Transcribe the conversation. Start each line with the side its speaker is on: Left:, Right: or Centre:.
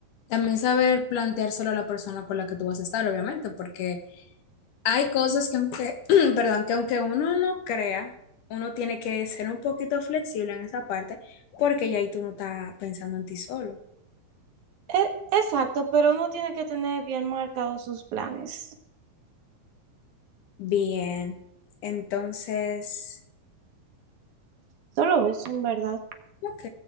Left: También saber planteárselo a la persona con la que tú vas a estar, obviamente, porque hay cosas que aunque, <clears throat> perdón, que aunque uno no crea, uno tiene que ser un poquito flexible en esa parte, porque ya ahí tú no estás pensando en ti solo.
Right: E- exacto, pero uno tiene que tener bien marcados sus planes.
Left: Bien, entonces,
Right: Solo eso, en verdad.
Left: ok.